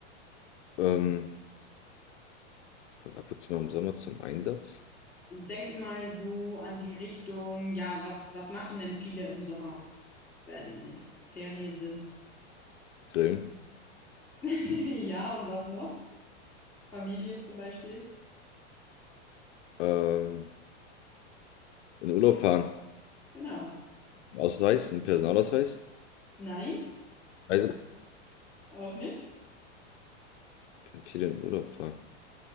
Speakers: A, on the left (about 70°); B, in the centre.
A: Ähm, kommt ab und zu mal im Sommer zum Einsatz.
B: Denk mal so an die Richtung, ja, was, was machen denn viele im Sommer, wenn Ferien sind?
A: Grillen.
B: <laughs> Ja, und was noch? Familien zum Beispiel.
A: Ähm, in den Urlaub fahren.
B: Genau.
A: Einen Ausweis, ein Personalausweis.
B: Nein,
A: Also
B: auch nicht.
A: viele in den Urlaub fahren.